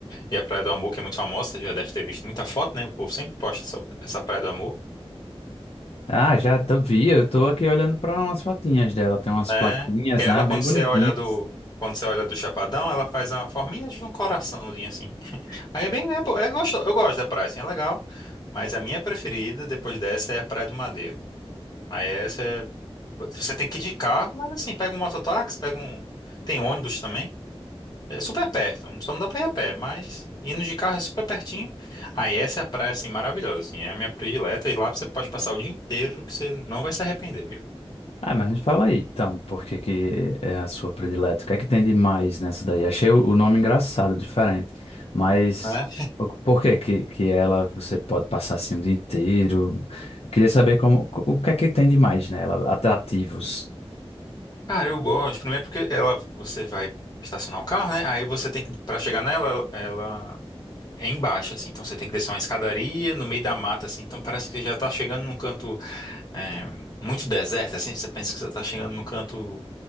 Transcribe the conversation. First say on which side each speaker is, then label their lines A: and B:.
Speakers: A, on the left; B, on the left.
A: E a Praia do Amor, que é muito famosa, você já deve ter visto muita foto, né? O povo sempre posta essa, essa Praia do Amor.
B: Ah, já tô, vi, eu tô aqui olhando para umas fotinhas dela, tem umas
A: É.
B: plaquinhas,
A: E ela,
B: né, bem
A: quando
B: bonitinhas.
A: você olha do, quando você olha do Chapadão, ela faz uma forminha de um coraçãozinho, assim. Aí é bem, é, bo- é gosto, eu gosto da praia, assim, é legal. Mas a minha preferida, depois dessa, é a Praia do Madeiro. Aí essa é, você tem que ir de carro, mas assim, pega um mototáxi, pega um, tem ônibus também. É super perto, só não dá pra ir a pé, mas indo de carro é super pertinho. Aí essa é a praia, assim, maravilhosa, assim, é a minha predileta, e lá você pode passar o dia inteiro que você não vai se arrepender, amigo,
B: Ah, mas me fala aí, então, por que que é a sua predileta? O que é que tem de mais nessa daí? Achei o, o nome engraçado, diferente, mas
A: né?
B: o- por que que, que ela, você pode passar assim o dia inteiro? Eu queria saber como, o que é que tem de mais nela, atrativos.
A: Cara, eu gosto, primeiro porque ela, você vai estacionar o carro, né? Aí você tem que, pra chegar nela, ela é embaixo, assim, então você tem que descer uma escadaria no meio da mata, assim, então parece que já tá chegando num canto é, muito deserto, assim, você pensa que você tá chegando num canto